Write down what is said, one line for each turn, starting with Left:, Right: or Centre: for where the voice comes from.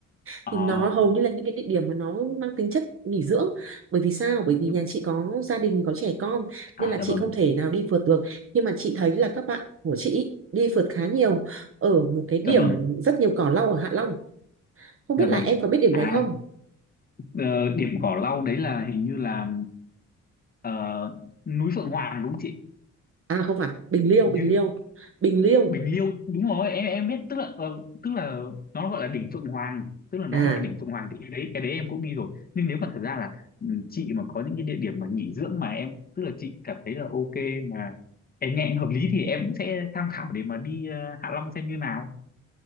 Left: à,
Right: thì nó hầu như là những cái địa điểm mà nó mang tính chất nghỉ dưỡng bởi vì sao bởi vì
Left: nhúc
Right: nhà chị có gia đình có trẻ con
Left: à
Right: nên là
Left: dạ
Right: chị
Left: vâng
Right: không thể nào đi phượt được nhưng mà chị thấy là các bạn của chị ý, đi phượt khá nhiều ở một cái điểm
Left: dạ vâng
Right: rất nhiều cỏ lau ở Hạ Long không
Left: dạ
Right: biết là
Left: vâng
Right: em có biết điểm
Left: à
Right: đấy không
Left: ờ, điểm cỏ lau đấy là hình như là ờ, núi Phượng Hoàng đúng không chị
Right: à không phải Bình Liêu
Left: hình
Right: Bình
Left: như
Right: Liêu Bình Liêu
Left: Bình Liêu đúng rồi em em biết tức là ờ, tức là nó gọi là đỉnh Phượng Hoàng tức là nó
Right: à
Left: gọi là đỉnh Phượng Hoàng thì cái đấy cái đấy em cũng đi rồi nhưng nếu mà thật ra là ừ, chị mà có những cái địa điểm mà nghỉ dưỡng mà em tức là chị cảm thấy là ok mà em nghe hợp lý thì em cũng sẽ tham khảo để mà đi ờ, Hạ Long xem như nào